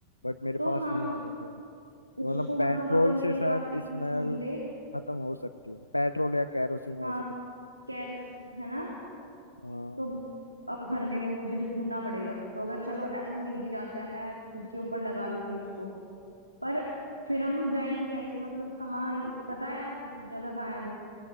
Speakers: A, on the left; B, on the right.
A: बट मेरे
B: तो
A: पास
B: हम
A: नहीं आ रहे थे तो
B: उसको
A: मतलब पेट्रोल
B: मतलब अगर मेरे
A: से शायद
B: पास भी
A: स्मेल
B: कुछ मिले
A: खत्म हो सकती है पेट्रोल या कैरोसिन
B: हाँ
A: ऐसी कुछ
B: केरोसिन है ना
A: हाँ
B: तो अब घर में वो मुझे ढूंढना पड़ेगा फिर तो अगर चलो ऐसा मिल भी जाता है मैं खुद के ऊपर लगा लूंगी उसको पर फिर हम जाएंगे कैसे मतलब कहाँ पता है जगह कहाँ है वो